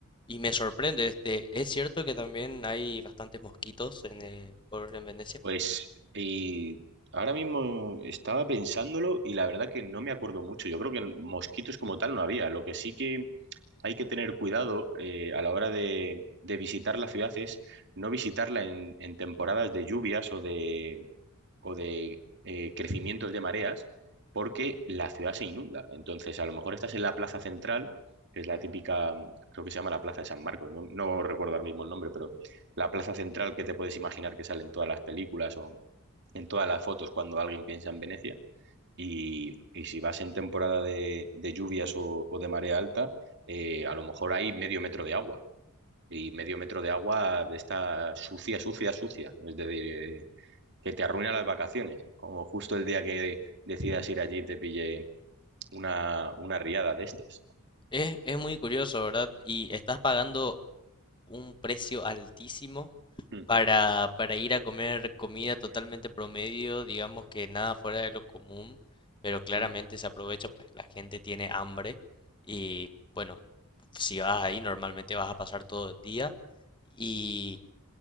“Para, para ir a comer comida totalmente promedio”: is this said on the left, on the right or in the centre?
Left